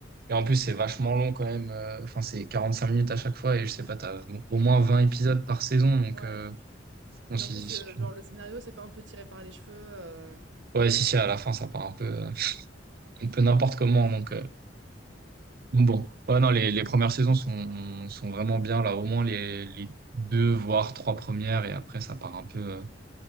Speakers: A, on the right; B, on the right.
A: et en plus, c'est vachement long quand même. euh, Enfin, c'est 45 minutes à chaque fois et je sais pas, t'as au moins 20 épisodes par saison. Donc,
B: Ouais.
A: euh, bon,
B: Puis
A: si,
B: en plus,
A: si
B: heu,
A: tu-
B: genre le scénario, c'est pas un peu tiré par les cheveux, heu
A: ouais, si, si, à la fin, ça part un peu, euh, un peu n'importe comment. Donc, euh, Bon, ouais, non, les, les premières saisons sont, sont vraiment bien, là, au moins les, les deux, voire trois premières, et après, ça part un peu, euh,